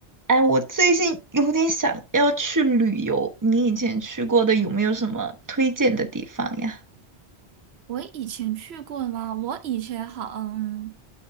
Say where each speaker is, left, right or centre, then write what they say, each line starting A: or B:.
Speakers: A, on the right; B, on the right.
A: 哎，我最近有点想要去旅游，你以前去过的有没有什么推荐的地方呀？
B: 我以前去过吗？我以前好，嗯，